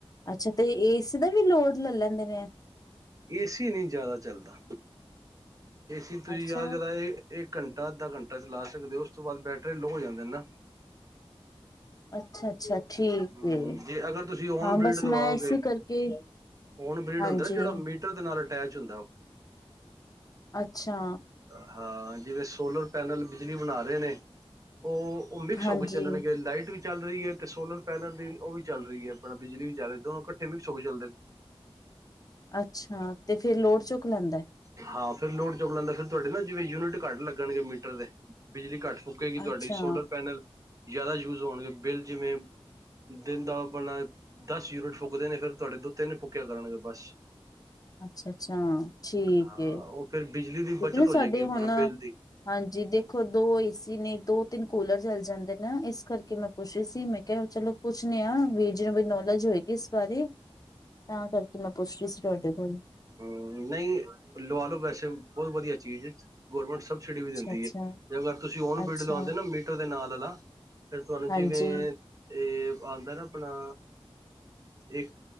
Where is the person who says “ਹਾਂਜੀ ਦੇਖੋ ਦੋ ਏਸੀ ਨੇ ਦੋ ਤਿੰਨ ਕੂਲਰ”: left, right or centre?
Left